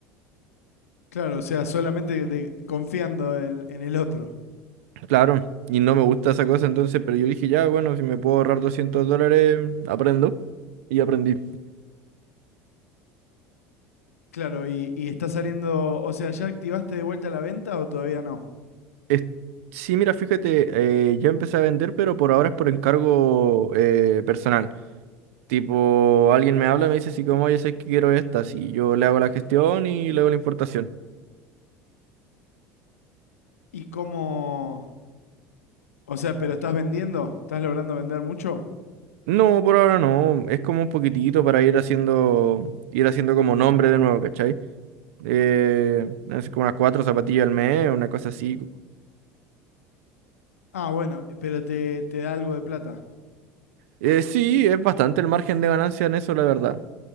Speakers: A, on the left; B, on the right.
A: claro, o sea, solamente de- confiando en, en el otro.
B: Claro, y no me gusta esa cosa, entonces, pero yo dije, ya, bueno, si me puedo ahorrar 200 dólares, aprendo. Y aprendí.
A: Claro, y, y está saliendo, o sea, ¿ya activaste de vuelta la venta o todavía no?
B: Es- sí, mira, fíjate, eh, ya empecé a vender, pero por ahora es por encargo eh, personal. Tipo, alguien me habla, me dice así como, oye, sé que quiero estas, y yo le hago la gestión y le hago la importación.
A: ¿Y cómo? O sea, ¿pero estás vendiendo? ¿Estás logrando vender mucho?
B: No, por ahora no, es como un poquitito para ir haciendo, ir haciendo como nombre de nuevo, ¿cachai? eh, no sé, como unas cuatro zapatillas al mes, una cosa así.
A: Ah, bueno, pero te, te da algo de plata.
B: Eh, sí, es bastante el margen de ganancia en eso, la verdad.